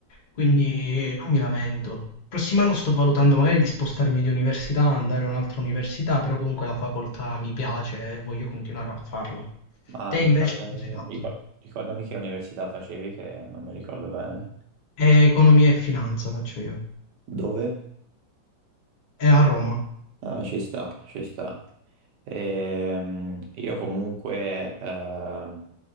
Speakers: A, on the left; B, on the right.
A: quindi non mi lamento. Prossimo anno sto valutando magari di spostarmi di università, andare a un'altra università, però comunque la facoltà mi piace e voglio continuare a farla.
B: Ma
A: Te
B: ricordami,
A: invece che cosa hai fatto?
B: ricor- ricordami che università facevi, che non mi ricordo bene.
A: Eh, Economia e finanza faccio io.
B: Dove?
A: È a Roma.
B: Ah, ci sta, ci sta. Ehm, io comunque ehm,